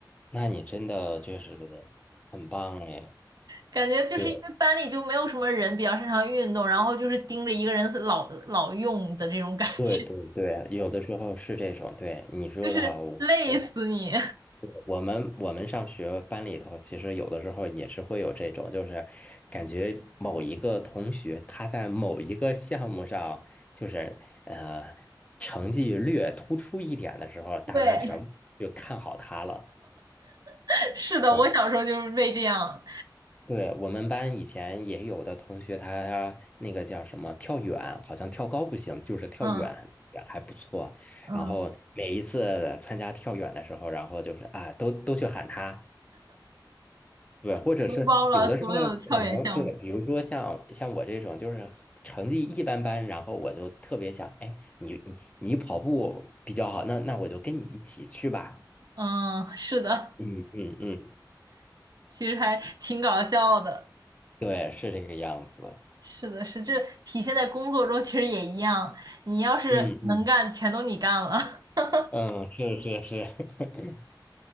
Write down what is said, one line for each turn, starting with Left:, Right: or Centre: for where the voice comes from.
Left: 那你真的就是很棒哎！
Right: 感觉就是因为班里就没有什么人比较擅长运动，
Left: 对
Right: 然后就是盯着一个人老老用的这种感觉，
Left: 对对对，有的时候是这种，对你说的哈我我
Right: <laughs> 就是累死你。
Left: 对我们我们上学班里头，其实有的时候也是会有这种，就是感觉某一个同学他在某一个项目上，就是呃成绩略突出一点的时候，大家全部就看好他了。
Right: <laughs> 对，<laughs> 是的，
Left: 对
Right: 我小时候就是被这样，
Left: 对，我们班以前也有的同学，他那个叫什么跳远，好像跳高不行，就是跳远远还不错。
Right: 嗯嗯，
Left: 然后每一次参加跳远的时候，然后就是啊，都都去喊他，对，或者是有的时候可能对，
Right: 承包了所有的跳远项目。
Left: 比如说像像我这种就是成绩一般般，然后我就特别想，哎，你你你跑步比较好，那那我就跟你一起去吧。
Right: 嗯，是的，
Left: 嗯嗯嗯，
Right: 其实还挺搞笑的。
Left: 对，是这个样子。
Right: 是的，是这体现在工作中，其实也一样。你要是能干，
Left: 嗯嗯
Right: 全都你干了。<laughs>
Left: 嗯，是是是，<laughs>